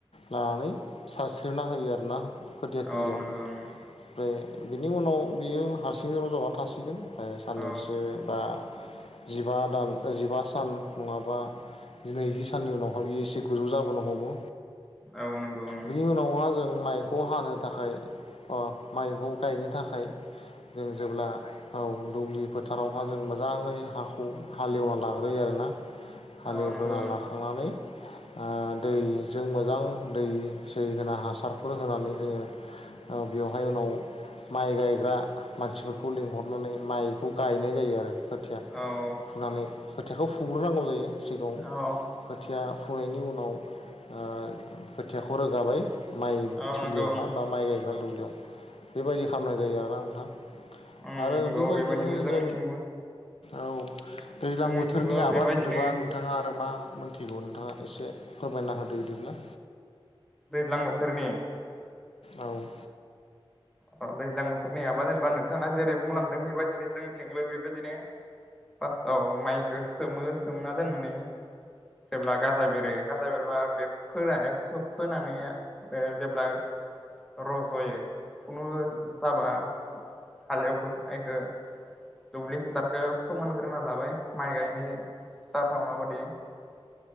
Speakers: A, on the left; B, in the centre.
A: लानानै सारस्रिना होयो आरोना खोथियाथिलियाव
B: औ
A: ओमफ्राय
B: नंगौ ओं
A: बिनि उनाव बियो हारसिङै रजना थासिगोन ओ साननैसो
B: औ
A: बा जिबा दान जिबा सान नङाबा। जिनैजि साननि उनाव मायलि एसे गोजौ जाबोनो हमो।
B: औ नंगौ ओं
A: बिनि उनावहा जों माइखौ हानो थाखाय अ माइखौ गायनो थाखाय थाखाय जों जेब्ला‌ औ दुब्लि फोथारावहा जों मोजाङै हाखौ हालेवना लाग्रोयो आरोना।
B: ओं
A: हालेवग्रोना
B: औ नंगौ
A: लाखांनानै ओ दैजों मोजां दै सै होना हासारफोर होनानै जोङो ओ बेवहाय उनाव माइ गायग्रा मानसिफोरखौ लिंहरनानै माइखौ गायनाय जायो आरो। खोथिया
B: ओं औ
A: फुनानै खोथाखौ फुंग्रोनांगौ जायो सिगौ
B: औ
A: खोथिया फुनायनि उनाव। आं खोथिया खौ रोगाबाय माइ
B: औ
A: थिलियावहा
B: नंगौ ओं
A: बा माइ गायग्रा दं बेयाव बेबायदि खालामनाय जायो आ ना नोंथां।
B: ओं
A: आरो
B: नंगौ
A: बेबायदिनो
B: जोंनिथिंबो
A: जों औ। दैज्लां
B: जोंनिथिंबो
A: बोथोरनि आबाद
B: बेबायदिनो
A: होनोबा नोंथाङा आरो मा मिनथिगौ नोंथाङा। एसे फोरमायना होदो बिदिब्ला
B: दैज्लां बोथोरनि
A: औ।
B: अ दैज्लां बोथोरनि आं बा जेनेबा नोंथाङा जेरै बुंलांदों बेबायदिनो जोंनिथिंबो बेबायदिनो फास्टआव माइखौ सोमो सोमना दोननानै जेब्ला गाजा बेरो गाजा बेरबा बे फोना फोनानै ओ जेब्ला रज'यो खुनु जाबा हालेवखौ दुब्लि फोथारखौ फोमोनग्रोना ला माइ गायनाय जाथाव नाबादि